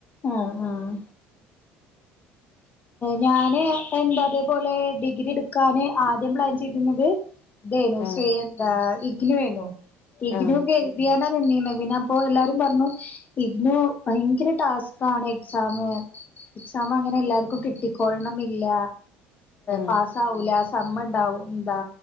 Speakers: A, on the left (about 35°); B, on the left (about 70°).
A: ആഹ് ആഹ് ഞാന് എന്താ തേ പോലെ ഡിഗ്രി ട്ക്കാന് ആദ്യം പ്ലാൻ ചെയ്തിന്നത് തേനു
B: ആഹ്
A: സേ എന്താ ഇഗ്നു ഏനു ഇഗ്നുക്കൊഴ്തിയാ
B: ആഹ്
A: <unintelligible> പിന്നെ അപ്പോ എല്ലാരും പറ്ഞ്ഞു ഇന്നു ഭയങ്കര ടാസ്ക് ആണ് എക്സാം എക്സാം അങ്ങനെ എല്ലാർക്കും ക്കും കിട്ടിക്കോൾ ണ്ണം ന്ന് ഇല്ല
B: ആഹ്
A: പാസാവൂല സമ്മ് ഇണ്ടാവും ന്താ